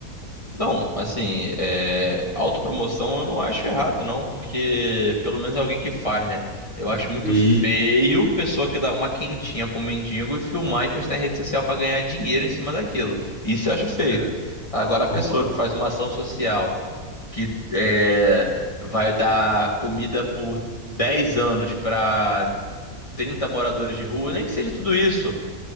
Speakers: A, on the left; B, on the left.
A: Não, assim, é, autopromoção eu não acho errado, não, porque pelo menos é alguém que faz, né? Eu acho muito
B: Isso,
A: feio pessoa que dá uma quentinha pro mendigo e filmar e postar em rede social pra ganhar dinheiro em cima daquilo. Isso eu acho feio.
B: é,
A: Agora, a pessoa
B: concordo.
A: que faz uma ação social. que é, vai dar comida por 10 anos para 30 moradores de rua, nem que seja tudo isso.